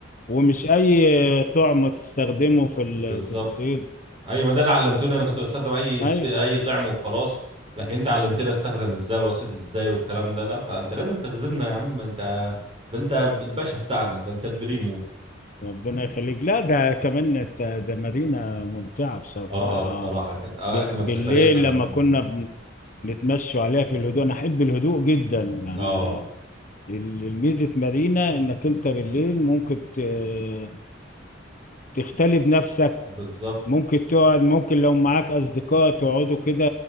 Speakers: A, on the left (about 45°); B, on the right (about 30°).
A: ومش اي طعم تستخدمه في ال-
B: بالظبط
A: في الصيد
B: ايوه ما ده اللي علمتوني انا كنت بستخدم اي
A: ايوه
B: ص- اي طعم وخلاص لكن انت علمتني استخدم ازاي واصيد ازاي والكلام ده لا فانت لازم تخزمنا يا عم انت ده انت الباشا بتاعنا ده انت البريمو
A: ربنا يخليك لا ده كمان ده ده مدينة ممتعة بصراحة
B: اه الصراحه كانت اجمل
A: ب- بالليل
B: سفريه سافرنا
A: لما كنا بن- نتمشوا عليها في الهدوء انا احب الهدوء جدا يعني
B: اه
A: ال- الميزة مدينة انك انت بالليل ممكن ت- تختلي بنفسك
B: بالظبط
A: ممكن تقعد ممكن لو معاك اصدقاء تقعدوا كده